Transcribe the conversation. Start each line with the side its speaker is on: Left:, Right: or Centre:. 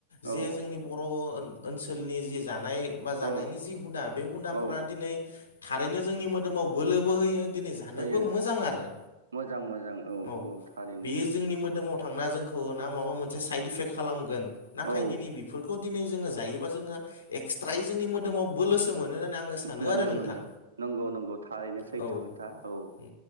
Left: जे
Right: औ
Left: जोंनि बर' ओन-ओनसोलनि जि जानाय बा जानायनि
Right: औ
Left: जि हुदा बे हुदाफोरा
Right: औ
Left: दिनै थारैनो जोंनि मोदोमाव बोलोबो होयो दिनै जा- थानोबो
Right: होयो
Left: मोजां आरो
Right: मोजां मोजां
Left: औ
Right: थारैनो
Left: बेयो जोंनि मोदोमाव थांना जोंखौ ना माबा मोनसे साइड इफेक्ट खालामगोन नाथाय
Right: औ
Left: दिनै बेफोरखौ दिनै जोङो जायोबा जोङो एक्सट्रायै जोंनि मोदोमाव बोलोसो मो- नो सानो
Right: मोनो
Left: आरो नोंथां।
Right: मोनो नंगौ नंगौ थारैनो सैथो
Left: औ उ
Right: खोथा औ